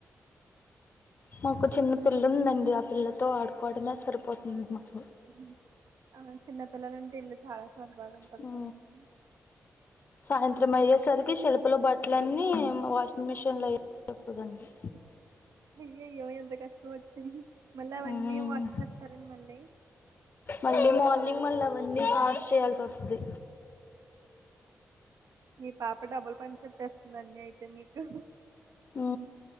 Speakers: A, on the left; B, on the right.
A: మాకు చిన్న పిల్ల ఉందండి ఆ పిల్లతో ఆడుకోవడమే సరిపోతుంది మాకు
B: హు ఆ చిన్న పిల్లలు ఉంటే ఇల్లు చాలా సరదాగా ఉంటది
A: హు
B: కదండి
A: సాయంత్రం అయ్యేసరికి అ షెల్ఫ్ లో బట్టల అన్నీ వాషింగ్ మిషిన్ లో వేస్తదండి
B: అయ్యయ్యో ఎంత కష్టం వచ్చింది మళ్ళీ అవన్నీ
A: మ్మ్
B: వాష్ చేస్తారండి మళ్ళీ
A: మళ్ళీ మార్నింగ్ మళ్ళీ అవన్నీ వాష్ చేయాల్సి వస్తుంది
B: మీ పాప డబుల్ పని చెప్పేస్త నన్ని అయితే మీకు
A: హు